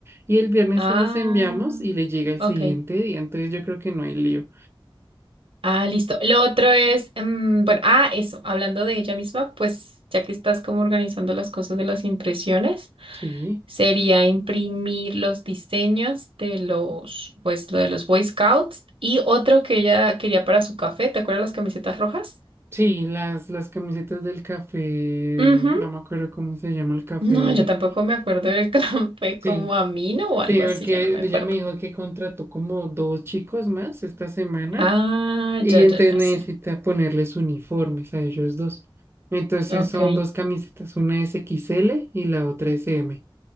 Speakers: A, on the right; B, on the right.
A: Y el viernes
B: Ah,
A: se las enviamos y le llega el
B: ok.
A: siguiente día, entonces yo creo que no hay lío.
B: Ah, listo. Lo otro es, mm, bueno, ah, eso, hablando de ella misma, pues ya que estás como organizando las cosas de las impresiones.
A: Sí,
B: sería imprimir los diseños de los, pues, lo de los Boy Scouts y otro que ella quería para su café. ¿Te acuerdas las camisetas rojas?
A: sí, las, las camisetas del café,
B: Ujú.
A: mm, no me acuerdo cómo se llama el café
B: No,
A: de
B: yo
A: ella.
B: tampoco me acuerdo del <laughs> café
A: Sí,
B: como amino o
A: sí,
B: algo así,
A: porque
B: ya no me
A: ella
B: acuerdo.
A: me dijo que contrató como dos chicos más esta semana.
B: Ah,
A: Y
B: ya,
A: entonces
B: ya, ya
A: necesita
B: sé.
A: ponerles uniformes a ellos dos. Entonces
B: Ok.
A: son dos camisetas, una es XL y la otra es M.